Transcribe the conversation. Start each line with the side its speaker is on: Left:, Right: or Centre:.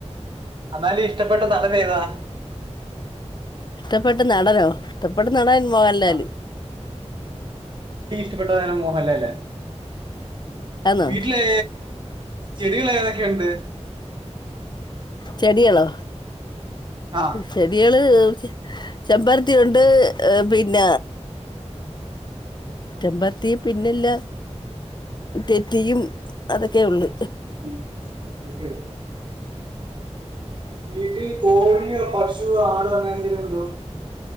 Right: അന്നാലും ഇഷ്ടപ്പെട്ട നടനേതാ
Left: ഇഷ്ടപ്പെട്ട നടനോ ഇഷ്ടപ്പെട്ട നടൻ മോഹൻലാല്
Right: ആ ഇഷ്ടപ്പെട്ടതാരാ മോഹൻലാലാ
Left: ആന്നോ
Right: വീട്ടിലേ ചെടികൾ ഏതൊക്കെയൊണ്ട്
Left: ചെടികളോ
Right: ആ
Left: ചെടികള് ചെമ്പരത്തി ഉണ്ട് പിന്ന ചെമ്പരത്തി പിന്നില്ല തെറ്റിയും അതൊക്കെ ഉള്ള്
Right: ഉം അതൊക്കെ ഉള്ളോ വീട്ടിൽ കോഴിയോ പശുവോ ആടോ അങ്ങനെന്തേങ്കിലും ഉണ്ടോ